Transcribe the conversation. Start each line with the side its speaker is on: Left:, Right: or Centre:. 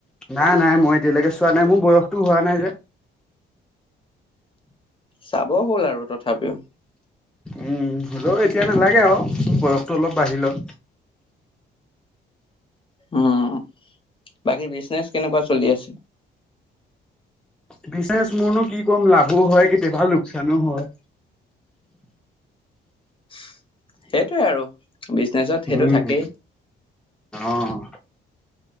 Centre: নাই নাই মই এতিয়ালৈকে চোৱা নাই মোৰ বয়সতটো হোৱা নাই যে।
Left: চাব হ'ল আৰু তথাপিও।
Centre: উম হ'লেও এতিয়া নালাগে আৰু বয়সটো অলপ বাঢ়ি লক
Left: উম বাকী বিজনেচ কেনেকুৱা চলি আছে।
Centre: বিজনেচ মোৰনো কি ক'ম লাভো হয় কেতিয়াবা লোকচানো হয়।
Left: <inaudible> সেইটোৱে আৰু বিজনেচত সেইটো
Centre: উম।
Left: থাকেই।
Centre: অ',